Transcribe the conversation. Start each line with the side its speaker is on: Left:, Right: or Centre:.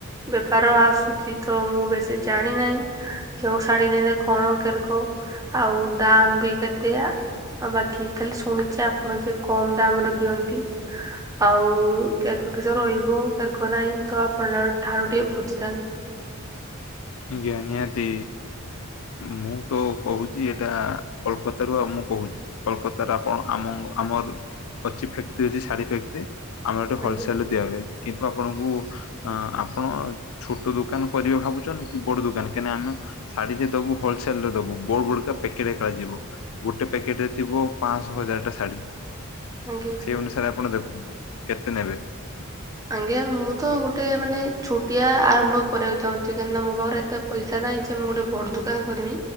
Right: ବେପାରରୁ ଆସୁଛି। ତ ମୁଁ ବେଶୀ ଜାଣି ନାହିଁ କେଉ ଶାଢୀ ନେଲେ କଣ କେରକ? ଆଉ ଦାମ ବି କେତେ? ଆଉ ବାକି ଖାଲି ଶୁଣିଛି। ମାନେ ସେ କମ୍ ଦାମ ରେ ଦିଅନ୍ତି। ଆଉ କେରକ କିଶ ରହିବ। କେରକ ନାହିଁ ତ ଆପଣ ଠାରୁ ଟିକେ ବୁଜିିଥାନ୍ତି।
Left: ଆଜ୍ଞା ନିହାତି। ମୁଁ ତ କହୁଛି ଏଇଟା କୋଲକତା ରୁ ଆଉ ମୁଁ କହୁଛି। କୋଲକତାର ଆପଣ ଆମ ଆମର ଅଛି ଫ୍ୟାକ୍ଟ୍ରିଅଛି ଶାଢୀ ଫ୍ୟାକ୍ଟ୍ରି। ଆମର ଏଟି
Right: ଆଜ୍ଞା
Left: ହୋଲସେଲ ରେ ଦିଆହୁଏ। କିନ୍ତୁ ଆପଣଙ୍କୁ ଆ-ଆପଣ ଛୋଟ ଦୋକାନ କରିବେ ଭାବୁଛନ୍ତି? ବଡ ଦୋକାନ, କାହିଁକନା ଆମେ ଶାଢୀଯେ ଦବୁ, ହୋଲସେଲରେ ଦବୁ, ବଡ ବଡକା ପ୍ୟାକେଟ ଏକାରେ ଯିବ। ଗୋଟେ ପ୍ୟାକେଟ ରେ ଥିବ ପାଆଶହ ହଜାରଟା ଶାଢ଼ୀ।
Right: ଆଜ୍ଞା।
Left: ସେ ଅନୁସାରେ ଆପଣ ଦେଖୁନ, କେତେ ନେବେ?
Right: ଆଜ୍ଞା। ମୁଁ ତ ଗୋଟେ ମାନେ ଛୁଟିଆ ଆରମ୍ଭ କରିବାକୁ ଚାହୁଁଛି। କାହିଁକିନା ମୋ ପାଖରେ ଏତେ ପଇସା ନାଇଁ, ଯେ ମୁଁ ଗୋଟେ ବଡ ଦୋକାନ କରିମି।